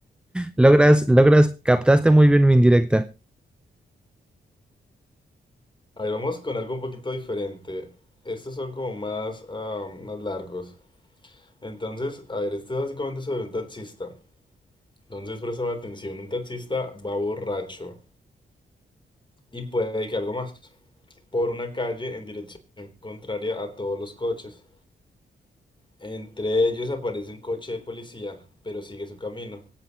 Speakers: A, in the centre; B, on the left.
A: logras, logras, captaste muy bien mi indirecta.
B: A ver, vamos con algo un poquito diferente. Estos son como más, ah, más largos. Entonces, a ver, este es básicamente sobre un taxista. Entonces, presta atención, un taxista va borracho y puede que algo más por una calle en dirección contraria a todos los coches. Entre ellos aparece un coche de policía, pero sigue su camino